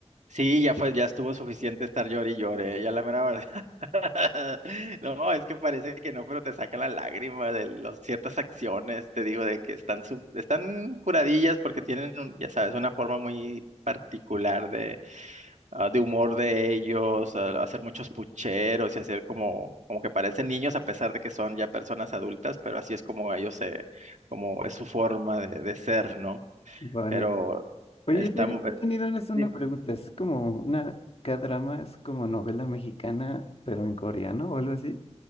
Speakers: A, on the right; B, on the left.
A: Sí, ya fue, ya estuvo suficiente estar llore y llore. Ya la mera <laughs> No, es que parece que no, pero te saca la lágrima de los, ciertas acciones, te digo, de que están, su- están curadillas porque tienen, un- ya sabes, una forma muy particular de, ah, de humor de ellos, ah, hacer muchos pucheros y hacer como, como que parecen niños a pesar de que son ya personas adultas, pero así es como ellos se, como es su forma de, de ser, ¿no?
B: Vale.
A: Pero
B: Oye,
A: está,
B: yo te-
A: mu-
B: yo
A: eh,
B: tenía una, una
A: dime.
B: pregunta. ¿Es como una K-drama? ¿Es como novela mexicana, pero en coreano o algo así?